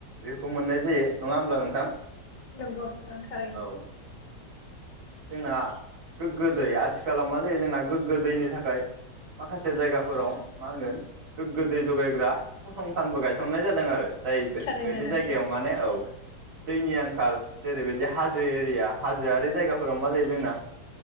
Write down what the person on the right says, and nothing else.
बेखौ मोननाय जायो। नङा होमब्ला नोंथां?
औ जोंना गोग्गो दै आथिखालाव मा जायो जोंना गोग्गो दैनि थाखाय माखासे जायगाफोराव मा होनगोन गोग्गो दै जगायग्रा फसं थानबो गायसननाय जादों आरो। जाय बे
बेदि
जायगायाव माने औ दैनि आंखाल जेरैबायदि हाजो एरिया हाजोआरि जायगाफोराव मा जायो जोंना